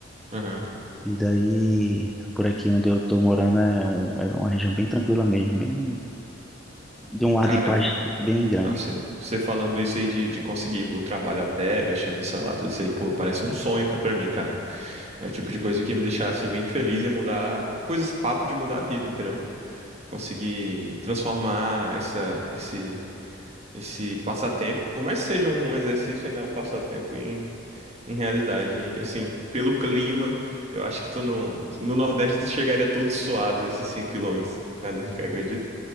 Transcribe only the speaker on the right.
Aham.
Cara,
Nossa, você falando isso aí de, de conseguir ir pro trabalho a pé, mexendo no celular, tudo isso aí, pô, parece um sonho ca- pra mim, cara. É o tipo de coisa que ia me deixar, assim, bem feliz e mudar. É coisa, esse papo de mudar a vida, entendeu? Conseguir transformar essa, esse, esse passatempo, por mais que seja um exercício, ainda é um passatempo em, em realidade. E, assim, pelo clima, eu acho que tu no, no Nordeste tu chegaria todo suado nesses cinco quilômetros km, <laughs> acredito.